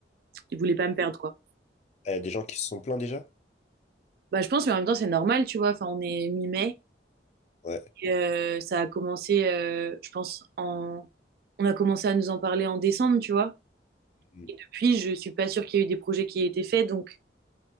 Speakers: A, on the right; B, on the left.
A: ils voulaient pas me perdre quoi.
B: Euh, des gens qui se sont plaints déjà?
A: Bah je pense mais en même temps c'est normal tu vois, enfin on est mi-mai
B: Ouais.
A: et, euh, ça a commencé euh, je pense en on a commencé à nous en parler en décembre, tu vois.
B: Mm.
A: Et depuis, je suis pas sûre qu'il y ait eu des projets qui aient été faits donc